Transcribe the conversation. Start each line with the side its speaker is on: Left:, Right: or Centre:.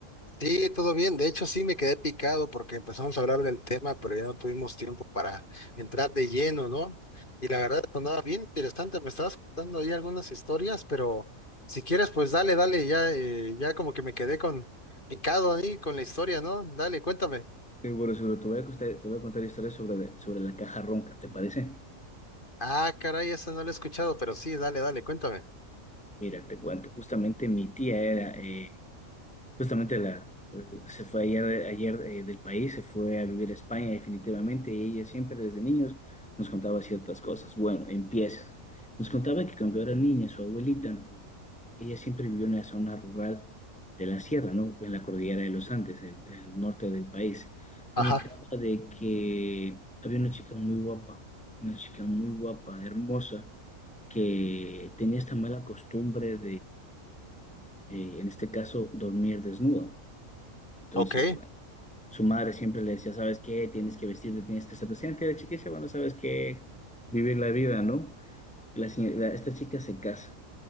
Left: Sí, todo bien. De hecho, sí me quedé picado porque empezamos a hablar del tema, pero ya no tuvimos tiempo para entrar de lleno, ¿no? Y la verdad sonaba bien interesante. Me estabas contando ahí algunas historias, pero si quieres, pues dale, dale. Ya, eh, ya como que me quedé con picado ahí con la historia, ¿no? Dale, cuéntame.
Centre: Seguro, sobre Te voy a contar, te voy a contar historias sobre, sobre la caja ronca, ¿te parece?
Left: Ah, caray, esa no la he escuchado, pero sí, dale, dale, cuéntame.
Centre: Mira, te cuento. Justamente mi tía era, eh, Justamente la, se fue ayer, ayer eh, del país, se fue a vivir a España definitivamente y ella siempre desde niños nos contaba ciertas cosas. Bueno, empieza. Nos contaba que cuando era niña, su abuelita, eh, ella siempre vivió en una zona rural de la sierra, ¿no? En la cordillera de los Andes, en el norte del país. Comentaba
Left: Ajá,
Centre: de que había una chica muy guapa, una chica muy guapa, hermosa, que tenía esta mala costumbre eh, en este caso, dormir desnuda. Entonces,
Left: ok.
Centre: bueno, su madre siempre le decía, ¿sabes qué? Tienes que vestirte, tienes que ser presente. Y la chica dice, bueno, ¿sabes qué? Vivir la vida, ¿no? Y la señora- la- esta chica se casa.